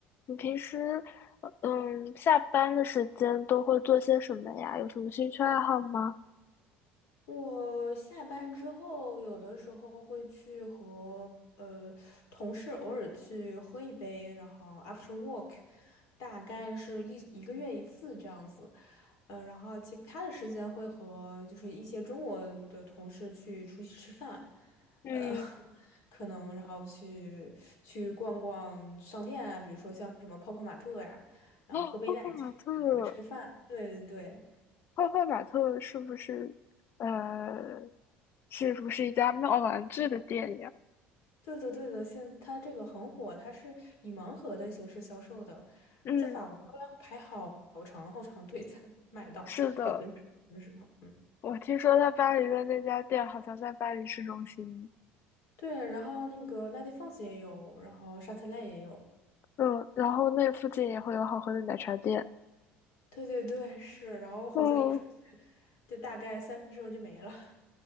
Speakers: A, on the left (about 45°); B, on the left (about 70°).
A: 你平时，呃嗯，下班的时间都会做些什么呀？有什么兴趣爱好吗？
B: 我下班之后，有的时候会去和呃同事偶尔去喝一杯，然后 after work，大概是一一个月一次这样子。呃，然后其他的时间会和就是一些中国的同事去出去吃饭，
A: 嗯，
B: 呃，<laughs> 可能然后去去逛逛商店啊，比如说像什么泡泡玛特呀，然后喝杯奶
A: 哦，泡泡玛特，
B: 茶，吃个饭。对对对。
A: 泡泡玛特是不是，呃，是不是一家卖玩具的店呀？
B: 对的，对的，现它这个很火，它是以盲盒的形式销售的，
A: 嗯，
B: 在法国都要排好长好长的队才能买到，
A: 是的，
B: 有的的真是嗯，
A: 我听说在巴黎的那家店好像在巴黎市中心。
B: 对，然后那个 La d é f e n s 也有，然后沙特赖也有，
A: 嗯，然后那附近也会有好喝的奶茶店。
B: 对对对，是，然后好像一出去
A: 哦，
B: 就大概三十欧就没了，